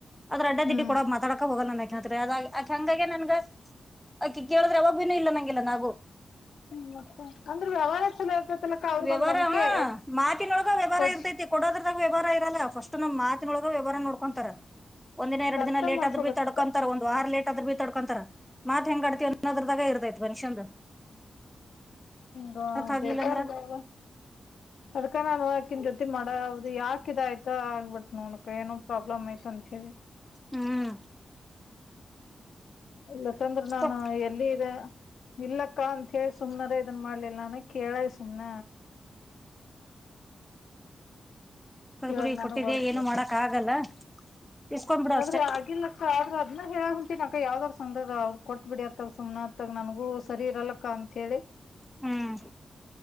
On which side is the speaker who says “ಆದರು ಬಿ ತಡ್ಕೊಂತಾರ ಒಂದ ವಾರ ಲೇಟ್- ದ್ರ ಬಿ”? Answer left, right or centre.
Centre